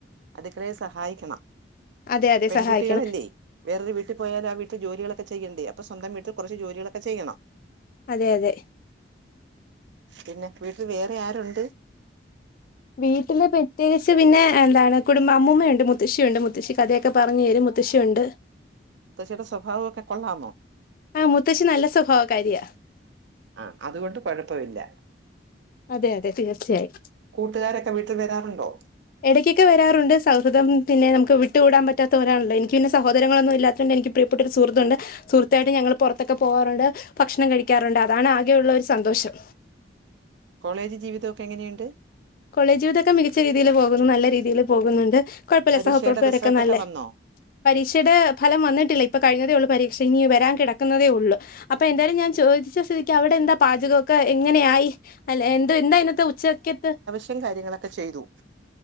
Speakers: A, on the right; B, on the left.
A: അടുക്കളയിൽ സഹായിക്കണം
B: അതെ അതെ
A: പെൺകുട്ടികളല്ലേ
B: സഹായിക്കണം
A: വേറൊരു വീട്ടിൽ പോയാലും ആവീട്ടിൽ ജോലികളൊക്കെ ചെയ്യണ്ടേ, അപ്പൊ സ്വന്തം വീട്ടിൽ കുറച്ചു ജോലികളോകെ ചെയ്യണം.
B: അതെ, അതെ.
A: പിന്നെ വീട്ടിൽ വേറെ ആരുണ്ട്?
B: വീട്ടില് പ്രെത്യേകിച്ച് പിന്നെ എന്താണ് കുടുംബം അമ്മൂമ്മയുണ്ട്, മുത്തശ്ശി ഒണ്ട് മുത്തശ്ശി കഥയൊക്കെ പറഞ്ഞെരും മുത്തശ്ശിയുണ്ട്. <inaudible>
A: മുത്തശ്ശിയുടെ സ്വഭാവക്കെ കൊള്ളാമോ?
B: ആഹ് മുത്തശ്ശി നല്ല സ്വഭാവകാരിയ.
A: ആ അതുകൊണ്ട് കൊഴപ്പഇല്ല.
B: അതെ, അതെ തീർച്ചയായും.
A: കൂട്ടുകാരൊക്കെ വീട്ടിൽ വരാറുണ്ടോ
B: ഇടയ്ക്കൊക്കെ വരാറുണ്ട് സൗഹൃദം പിന്നെ നമുക്ക് വിട്ട്കൂടാൻ പറ്റാത്തരാണല്ലോ, എനിക്ക് പിന്നെ സഹോദരങ്ങളൊന്നും ഇല്ലാതൊണ്ട് എനിക്ക് പ്രിയപ്പെട്ട ഒരു സുഹൃത്തൊണ്ട്. സുഹൃത്തായിട്ടും ഞങ്ങൾ പുറത്തൊക്കെ പോകാറുണ്ട്, ഭക്ഷണം കഴിക്കാറുണ്ട് അതാണ് ആകെയുള്ള ഒരു സന്തോഷം.
A: കോളേജ് ജീവിതം ഒക്കെ എങ്ങനെണ്ട്?
B: കോളേജ് ജീവിതൊക്കെ മികച്ച രീതിയിൽ പോകുന്നു, നല്ല രീതിയിൽ പോകുന്നുണ്ട്. കുഴപ്പല്ല
A: പരീക്ഷയുടെ
B: സഹപ്രവർത്തകരോക്കെ
A: റിസൾട്ട്
B: നല്ലേ
A: ഒക്കെ വന്നോ
B: പരീക്ഷയുടെ ഫലം വന്നിട്ടില്ല, ഇപ്പൊ കഴിഞ്ഞതേ ഉള്ളു പരീക്ഷ ഇനി വരാൻ കിടക്കുന്നതേ ഉള്ളു. അപ്പൊ എന്തായാലും ഞാൻ ചോദിച്ച സ്ഥിതിക്ക് അവിടെ എന്താ പാചകൊക്കെ എങ്ങനെയായി. അല്ല എന്ത് എന്താ ഇന്നത്തെ ഉച്ചക്കത്തെ
A: ത്തെ കാര്യങ്ങളൊക്കെ ചെയ്തു.